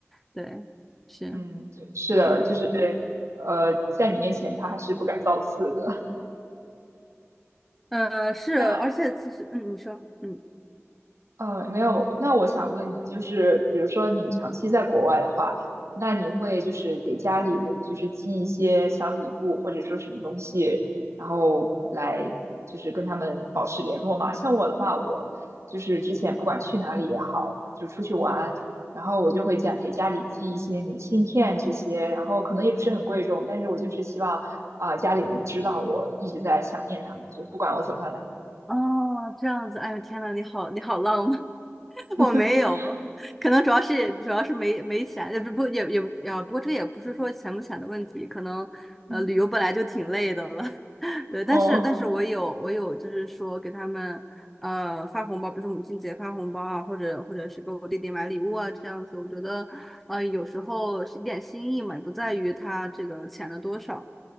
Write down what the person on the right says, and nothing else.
嗯，对，是的，
就是呃，在你面前他还是不敢造次的。
那
呃，没有。那我想问你，就是比如说你长期在国外的话，那你会就是给家里人就是寄一些小礼物，或者说什么东西，然后来就是跟他们保持联络吗？像我的话，我就是之前不管去哪里也好，就出去玩，然后我就会家给家里寄一些明信片这些，然后可能也不是很贵重，但是我就是希望啊，家里人知道我一直在想念他们，就不管我走到哪。
<laughs>
嗯，
哦。